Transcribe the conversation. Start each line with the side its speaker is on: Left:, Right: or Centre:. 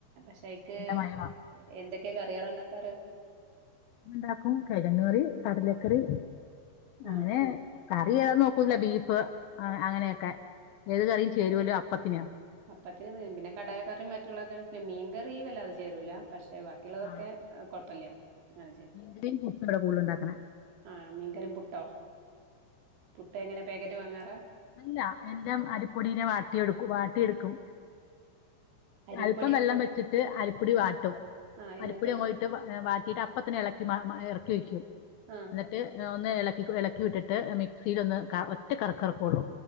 Right: പക്ഷെ, അയ്ക്ക്
Left: മയമാ
Right: എന്തൊക്കെയ കറികള ഉണ്ടാക്കാറ്.
Left: ഉണ്ടാക്കും കിഴങ്ങ കറി കടലക്കറി
Right: ആ
Left: അങ്ങനെ കറി ഏതാ നോക്കൂല്ല. ബീഫ് അങ്ങനെയൊക്കെ
Right: ആ
Left: ഏത് കറിയും ചേരുമല്ലോ അപ്പത്തിനെയാ.
Right: അപ്പത്തിന് പിന്നെ കടലക്കറി മറ്റുള്ളതൊഴിച്ച് മീൻ കറിവല്ലാതെ ചേരൂല പക്ഷെ ബാക്കി ബാക്കിയുള്ളതൊക്കെ
Left: ആ
Right: കുഴപ്പമില്ല ങ്ങനെ ചേരും.
Left: മീൻകറിയും, പുട്ടുമാണോ കൂടുതലുണ്ടാക്കണെ.
Right: ആഹ് മീൻകറിയും പുട്ടോ? പുട്ടെങ്ങനാ പാക്കറ്റു വാങ്ങാറ
Left: അല്ല, എല്ലാം അരിപ്പൊടീല് വാട്ടിയെടുക്കും വാട്ടിയെടുക്കും.
Right: അരിപ്പൊടി
Left: അല്പം വെള്ളംവെച്ചിട്ട് അരിപ്പൊടി വാട്ടും,
Right: ആഹ് ആഹ് എന്നിട്ട്
Left: അരിപ്പൊടികൊഴ വാട്ടിയിട്ടപ്പ തന്നെ ഇളക്കി വാ, ഇറക്കി വെക്കും.
Right: ആഹ്
Left: എന്നിട്ട് ഒന്ന്, ഇളക്കിക്കും ഇളക്കി വിട്ടി ട്ട് മിക്സിയിലൊന്ന് ക ഒറ്റ കറക്കു കറക്കു കയുള്ളൂ.